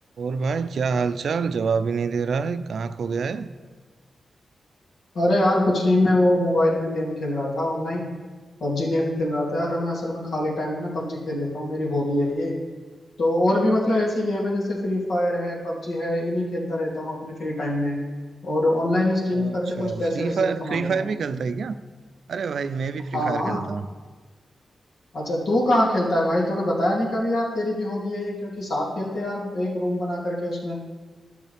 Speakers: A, on the right; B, on the left.
A: और भाई क्या हाल चाल जवाब ही नहीं दे रहा है कहाँ खो गया है
B: अरे यार कुछ नहीं मैं वो मोबाइल में गेम खेल रहा था ऑनलाइन पबजी गेम खेल रहा था यार मैं असल में खाली टाइम में ना पबजी खेल लेता हूँ मेरी हॉबी है ये तो और भी मतलब ऐसी गेम है जैसे फ्री फायर है पबजी है इन्हीं खेलता रहता हूँ अपने फ्री टाइम में और ऑनलाइन स्ट्रीमिंग
A: अच्छा
B: करके कुछ पैसे
A: फ्री
B: वैसे
A: फायर
B: भी कमा
A: फ्री
B: लेता
A: फायर
B: हूँ
A: भी खेलता है क्या अरे भाई मैं भी
B: हाँ
A: फ्री फायर
B: हाँ
A: खेलता हूँ
B: अच्छा तू कहाँ खेलता है भाई तूने बताया नहीं कभी यार तेरी भी हॉबी है ये क्योंकि साथ खेलते हैं यार एक रूम बना करके उसमें